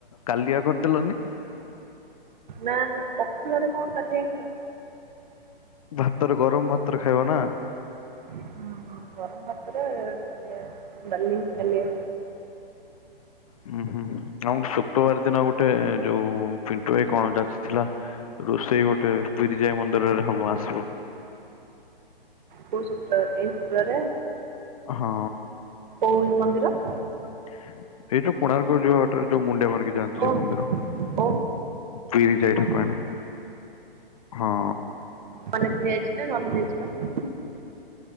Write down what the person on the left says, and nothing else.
କାଲିଆ କରିଦେଲନି।
ଭାତର ଗରମ ଭାତର ଖାଇବ ନା।
ଉୁଁ ହୁଁ ଆଉ ହଁ ଶୁକ୍ରବାର ଦିନ ଗୋଟେ ଯୋଉ ପିଣ୍ଟୁ ଭାଇ କଣ ଯାଚିଥିଲା ରୋଷେଇ ଗୋଟେ ବିରିଜା ମନ୍ଦିରରେ ହବ। ଆସିବ।
ହଁ।
ଏଇ ଯୋଉ କୋଣାର୍କ ଯିବା ବାଟରେ ଯୋଉ ମୁନଡିଆଆ ମାରିକି ଯାଆନ୍ତି ଯୋଉ
ମନ୍ଦିର।
ବିରି ଯାଇ ଠାକୁରାଣୀ
ହଁ।